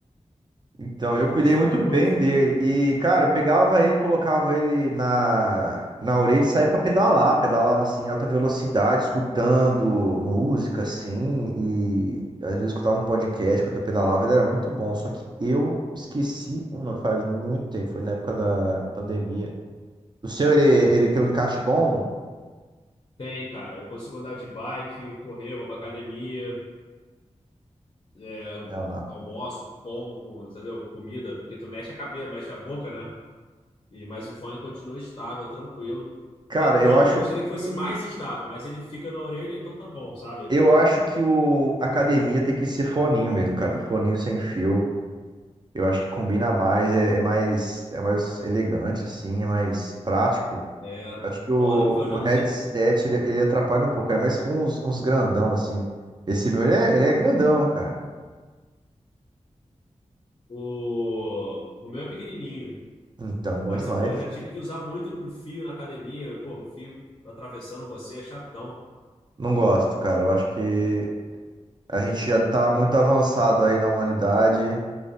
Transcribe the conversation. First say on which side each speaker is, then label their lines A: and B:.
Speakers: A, on the right (about 35°); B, on the left (about 40°).
A: Então,
B: E eu
A: eu
B: tô
A: cuidei
B: gostando
A: muito
B: muito.
A: bem dele. E, cara, eu pegava ele, colocava ele na, na orelha e saía pra pedalar. Pedalava, assim, em alta velocidade, escutando música, assim. E às vezes escutava um podcast quando eu pedalava. Ele era muito bom. Só que eu esqueci, uma faz muito tempo. Foi na época da pandemia. O seu, ele, ele tem um encaixe bom?
B: Tem, cara, eu consigo andar de bike, correr, vou pra academia, é,
A: Ela-
B: almoço, como, com, entendeu? Comida, porque tu mexe a cabeça, mexe a boca, né? E, mas o fone continua estável, tranquilo.
A: Cara,
B: Não é tão,
A: eu acho
B: eu gostaria que fosse
A: que...
B: mais estável, mas ele fica na orelha, então tá bom, sabe?
A: Eu acho que o a academia tem que ser foninho mesmo, cara. Foninho sem fio. Eu acho que combina mais, é, é mais, é mais elegante, assim, é mais prático.
B: É.
A: Eu acho que o,
B: Pô, nem me fala,
A: o
B: já
A: headset,
B: usei
A: ele, ele atrapalha um pouco, cara, mas se uns, uns grandão, assim. Esse meu, ele é, ele é grandão, cara.
B: O, o meu é pequenininho,
A: Então, bom
B: mas
A: demais.
B: eu, pô, já tive que usar muito com fio na academia, e, pô, o fio atravessando você é chatão.
A: Não gosto, cara. Eu acho que a gente já tá muito avançado aí na humanidade,